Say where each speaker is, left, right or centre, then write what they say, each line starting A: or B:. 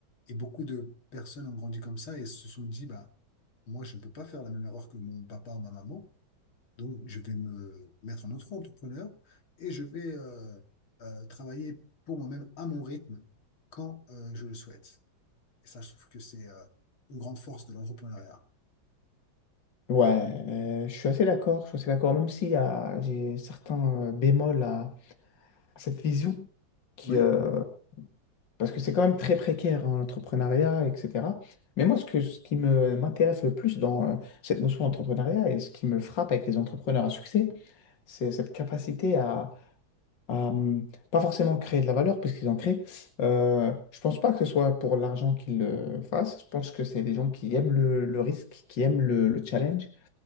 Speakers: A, on the left (about 85°); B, on the left (about 60°).
A: Et beaucoup de personnes ont grandi comme ça et se sont dit, bah, moi, je ne peux pas faire la même erreur que mon papa ou ma maman. Donc, je vais me mettre en auto-entrepreneur et je vais euh, euh, travailler pour moi-même à mon rythme quand euh, je le souhaite. Et ça, je trouve que c'est euh, une grande force de l'entrepreneuriat.
B: Ouais, euh, je suis assez d'accord, je suis assez d'accord, même si euh, j'ai certains euh, bémols à, à cette vision, qui,
A: Oui,
B: euh, parce que c'est quand même très précaire, hein, l'entrepreneuriat, etc. Mais moi, ce que, ce qui me, m'intéresse le plus dans euh, cette notion d'entrepreneuriat et ce qui me frappe avec les entrepreneurs à succès, c'est cette capacité à, à, hum, pas forcément créer de la valeur, puisqu'ils en créent. Euh, je pense pas que ce soit pour l'argent qu'ils le fassent, je pense que c'est des gens qui aiment le, le risque, qui aiment le le challenge